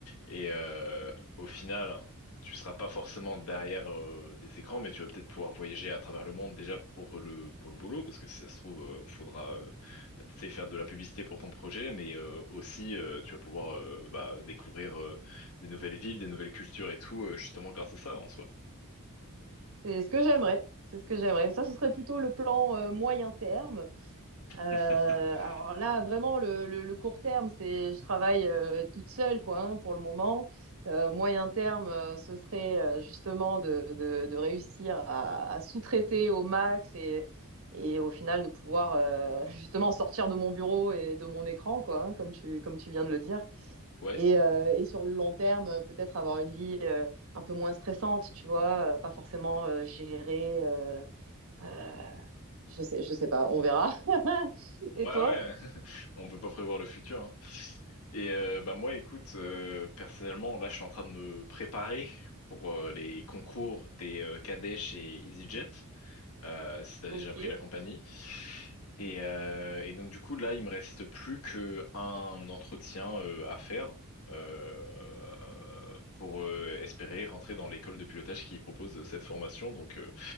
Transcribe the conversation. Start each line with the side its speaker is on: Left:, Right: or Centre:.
Left: Et euh, au final, tu seras pas forcément derrière euh, des écrans, mais tu vas peut-être pouvoir voyager à travers le monde déjà pour le pour le boulot, parce que si ça se trouve, euh, faudra euh, tu sais faire de la publicité pour ton projet, mais euh, aussi euh, tu vas pouvoir euh, bah, découvrir euh, des nouvelles villes, des nouvelles cultures et tout, euh, justement grâce à ça en soi.
Right: C'est ce que j'aimerais. C'est ce que j'aimerais. Ça, ce serait plutôt le plan euh, moyen terme. Euh,
Left: <laughs>
Right: alors là, vraiment, le, le- le court terme, c'est je travaille euh, toute seule, quoi, hein, pour le moment. Euh, moyen terme, euh, ce serait euh, justement de, de- de réussir à, à sous-traiter au max et, et au final de pouvoir euh, <laughs> justement sortir de mon bureau et de mon écran, quoi, hein, comme tu, comme tu viens de le dire.
Left: Ouais.
Right: Et, euh, et sur le long terme, euh, peut-être avoir une vie euh, un peu moins stressante, tu vois, euh, pas forcément euh, gérer. euh, euh, je sais, je sais pas, on verra. <laughs>
Left: Ouais,
Right: Et toi?
Left: ouais, <laughs> on peut pas prévoir le futur. hein. Et euh, bah moi, écoute, euh, personnellement, là, je suis en train de me préparer pour euh, les concours des euh, cadets et EasyJet, euh, si t'as déjà
Right: Ok.
Left: pris la compagnie. Et, euh, et donc du coup, là, il me reste plus que un entretien euh, à faire euh, pour euh, espérer rentrer dans l'école de pilotage qui propose cette formation. Donc, euh,